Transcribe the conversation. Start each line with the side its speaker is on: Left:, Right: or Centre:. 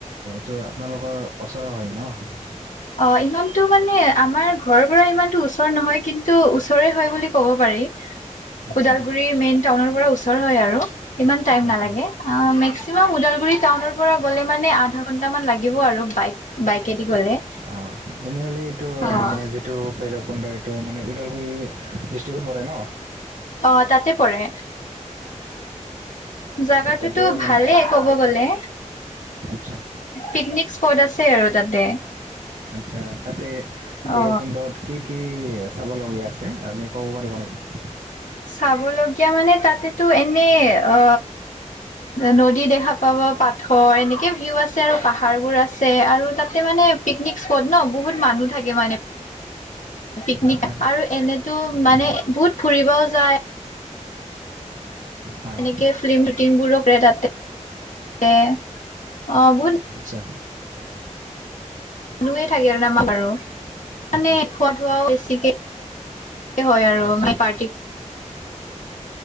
Right: তটো আপোনালোকৰ ওচৰ হয় ন
Left: অ ইমানতটো মানে আমাৰ ঘৰৰ পৰা ইমানতটো ওচৰ নহয় কিন্তু ওচৰে হয় বুলি ক'ব পাৰি
Right: আচ্ছা,
Left: ওদালগুৰি মেইন টাউন পৰা ওচৰ হয় আৰু, ইমান টাইম
Right: আচ্ছা,
Left: নালাগে।
Right: আচ্ছা।
Left: আঁ মে ক্সিমাম ওদালগুৰি টাউনৰ পৰা গ'লে মানে আধা ঘণ্টামান লাগিব আৰু, বাইক বাইকেদি গ'লে।
Right: অঁ, তেনেহলে এইটো
Left: অ
Right: মানে যিটো ভৈৰৱ কুণ্ড এইটো মানে ওদালগুৰি দিষ্টি ত পৰে ন।
Left: অ তাতে পৰে জাগাটোতো
Right: তাতে মানে
Left: ভালেই ক'ব গ'লে।
Right: আচ্ছা,
Left: পিকনিক স্পট আছে আৰু তাতে।
Right: আচ্ছা তাতে ভৈৰৱ
Left: অ
Right: কুণ্ডত কি কি চাব লগীয়া আছে, আপুনি ক'ব পাৰিব নেকি?
Left: চাবলগীয়া মানে তাতেতো এনে অ নদী দেখা পাব পাথৰ এনেকে ভিউ আছে, আৰু পাহাৰবোৰ আছে আৰু তাতে মানে পিকনিক স্পট ন বহুত মানুহ থাকে মানে। পিকনিক
Right: আচ্ছা,
Left: আৰু এনেতো
Right: আচ্ছা,
Left: মানে বহুত ফুৰিবও যায়।
Right: হয়।
Left: এনেকে ফিল্ম শ্বুটিং বোৰো কৰে তাতে তে অঁ বহুত
Right: আচ্ছা
Left: মানুহে থাকে আৰু তমাৰ বাৰু মানে
Right: আচ্ছা,
Left: খোৱা লোৱাও বেছিকে কে হয় আৰু
Right: আচ্ছা।
Left: মানে পাৰ্টি